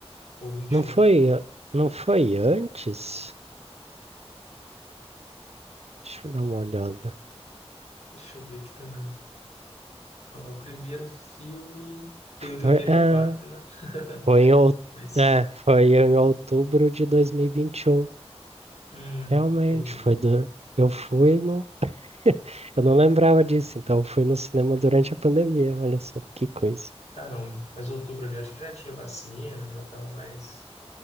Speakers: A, on the left; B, on the right.
A: ou 21.
B: Não foi, a- não foi antes? Deixa eu dar uma olhada.
A: Deixa eu ver aqui também. Olha lá, o primeiro filme tem o de
B: Foi,
A: 84,
B: é,
A: né? <laughs>
B: foi em, out-
A: Mas.
B: é, foi em outubro de 2021,
A: Hum,
B: realmente,
A: entendi.
B: foi do, eu fui <laughs> Eu não lembrava disso, então fui no cinema durante a pandemia, olha só que coisa.
A: Ah, não. Mas outubro ali, eu acho que já tinha vacina, já tava mais,